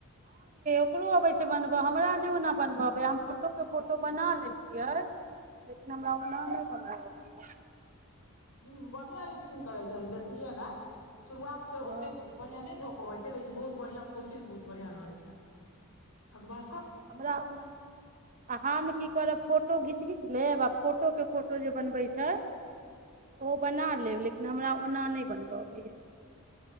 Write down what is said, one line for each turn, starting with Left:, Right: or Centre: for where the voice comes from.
Right: केकरो अबै छै बनबऽ हमरा नहि ओना बनबबै हम फोटोके फोटो बना लै छियै लेकिन हमरा ओना नहि बनबऽब <inaudible>
Left: ह बढ़िआँ लिपसिंग करै छथि देखलियौ ने शुरुआत छै
Right: हँ
Left: ओते बढ़ियां नहि भए पबैत छै लेकिन बहुत बढ़िया कोशिश बहुत बढ़िया रहैत छै ब
Right: हमरा ओना आ हम की करब फोटो घीच किछ लेब आ फोटो के फोटो जे बनबै छै ओ बना लेब लेकिन हमरा ओना नहि बनबऽ अबैया